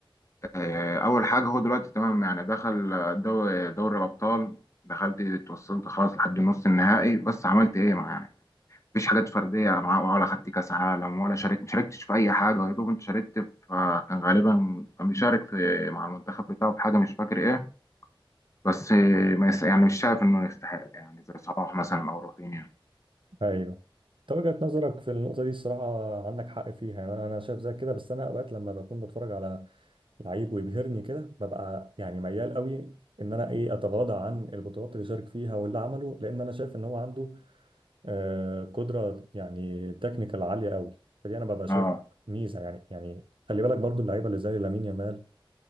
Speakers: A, on the left; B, on the right.
A: آه، اول حاجه هو دلوقتي تمام يعني دخل دوري دوري الابطال دخلت اتوصلت خلاص لحد نص النهائي بس عملت ايه مع يعني مفيش حاجات فرديه معاه ولا خدت كاس عالم ولا شاركت ما شاركتش في اي حاجه يا دوب انت شاركت في آه، كان غالبا كان بيشارك في مع المنتخب بتاعه في حاجه مش فاكر ايه بس آه، ما يس... يعني مش شايف انه يستحق يعني زي صلاح مثلا او رافينيا
B: ايوه انت وجهة نظرك في النقطة دي الصراحة عندك حق فيها يعني انا أنا شايف زي كده بس انا اوقات لما بكون بتفرج على لعيب ويبهرني كده ببقى يعني ميال قوي ان انا ايه اتغاضى عن البطولات اللي شارك فيها واللي عمله لان انا شايف ان هو عنده آه قدرة يعني تكنيكال عالية قوي فدي انا ببقى شايف
A: اه
B: ميزة يعني يعني خلي بالك برضو اللعيبة اللي زي لامين يامال